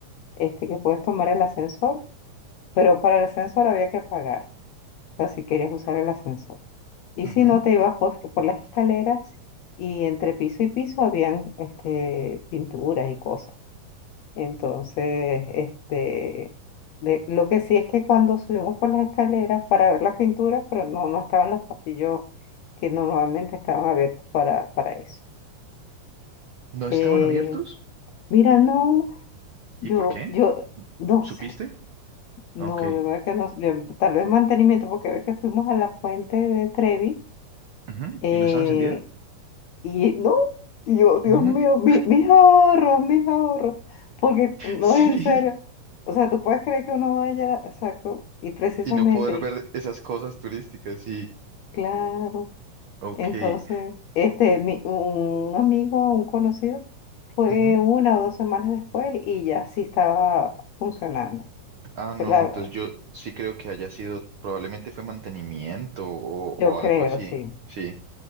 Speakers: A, on the left (about 75°); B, on the right (about 75°).
A: este que puedes tomar el ascensor, pero para el ascensor había que pagar, o sea, si querías usar el ascensor. Y
B: ujú.
A: si no, te ibas por, por las escaleras y entre piso y piso habían este, pinturas y cosas. Entonces, este, de- lo que sí es que cuando subimos por las escaleras para ver las pinturas, pero no, no estaban los pasillos que normalmente estaban abiertos para, para eso.
B: ¿No estaban
A: Eh,
B: abiertos?
A: mira, no, yo,
B: ¿Y por qué?
A: yo, no
B: ¿Supiste?
A: sé, no,
B: Ok.
A: de verdad que no, yo- tal vez mantenimiento, porque ve que fuimos a la fuente de Trevi,
B: Ujú.
A: eh,
B: ¿Y no estaba encendida?
A: Y no, y yo, Dios
B: No.
A: mío,
B: <laughs>
A: mi- mis ahorros, mis ahorros, porque no
B: Sí.
A: es en serio. O sea, tú puedes creer que uno vaya, exacto, y precisamente,
B: Y no poder ver esas cosas turísticas, sí.
A: claro.
B: Ok.
A: Entonces, este, mi, un amigo, un conocido, fue
B: Ujú.
A: una o dos semanas después y ya sí estaba funcionando.
B: Ah, no,
A: Claro,
B: entonces yo sí creo que haya sido, probablemente fue mantenimiento o, o
A: yo creo,
B: algo así.
A: sí,
B: Sí.